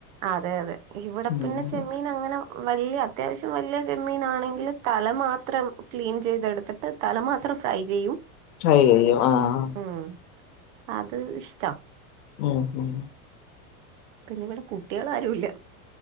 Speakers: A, on the right; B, on the left.
A: അതെ അതെ ഇവിടെ
B: ഉം
A: പിന്നെ ചെമ്മീൻ അങ്ങനെ വലിയ അത്യാവശ്യം വലിയ ചെമ്മീനാണെങ്കിൽ തല മാത്രം ക്ലീൻ ചെയ്തെടുത്തിട്ട് തല മാത്രം ഫ്രൈ ചെയ്യും
B: ഫ്രൈ ചെയ്യും അ ആ
A: ഉം. അത് ഇഷ്ടാ
B: ഉം ഉം
A: പിന്നവിടെ കുട്ടികൾ ആരുംല്ല